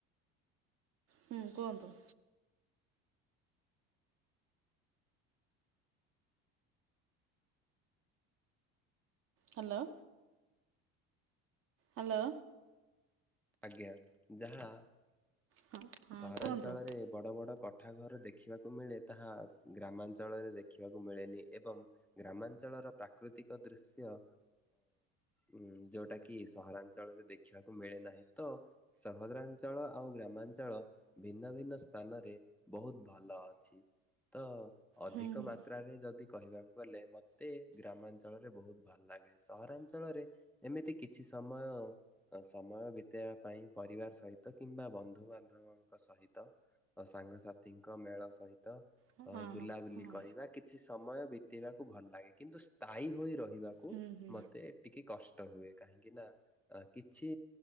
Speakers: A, on the right (about 50°); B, in the centre.
A: ହୁଁ କୁହନ୍ତୁ। ହାଲୋ। ହାଲୋ।
B: ଆଜ୍ଞା ଯାହା
A: ହଁ ହଁ
B: ସହରାଞ୍ଚଳରେ
A: କୁହନ୍ତୁ
B: ବଡ଼ ବଡ଼ କଠା ଠାଘର ଦେଖିବାକୁ ମିଳେ ତାହା ଗ୍ରାମାଞ୍ଚଳରେ ଦେଖିବାକୁ ମିଳେନି। ଏବଂ ଗ୍ରାମାଞ୍ଚଳର ପ୍ରାକୃତିକ ଦୃଶ୍ୟ ଅ ଉ ଯୋଉଟା କି ସହରା ଞ୍ଚଳ ରେ ଦେଖିବାକୁ ମିଳେ ନାହିଁ ତ ସହଦ୍ରାଞ୍ଚଳ ଆଉ ଗ୍ରା ମାଞ୍ଚଳ ଭିନ୍ନ ଭିନ୍ନ ସ୍ଥାନରେ ବହୁତ ଭଲ ଅଛି ତ ଅଧିକ
A: ହୁଁ ହୁଁ।
B: ମାତ୍ରାରେ ଯଦି କହିବାକୁ ଗଲେ ମତେ ଗ୍ରାମାଞ୍ଚଳରେ ବହୁତ ଭଲ ଲାଗେ। ସହରାଞ୍ଚଳରେ ଏମିତି କିଛି ସମୟ ସମୟ ବିତେଇବା ପାଇଁ ପରିବାର ସହିତ କିମ୍ବା ବନ୍ଧୁ ବାନ୍ଧବ କ ସହିତ ସାଙ୍ଗସାଥିଙ୍କ ମେଳ ସହିତ।
A: ହଁ
B: ଅ
A: ହଁ।
B: ବୁଲାବୁଲି କରିବା କିଛି ସମୟ ବିତେଇବାକୁ ଭଲ ଲାଗେ କିନ୍ତୁ ସ୍ଥାୟୀ ହୋଇ ରହିବାକୁ କୁ
A: ହୁଁ ହୁଁ
B: ମତେ ଟିକେ କଷ୍ଟ ହୁଏ କାହିଁକି ନା ଆ କିଛି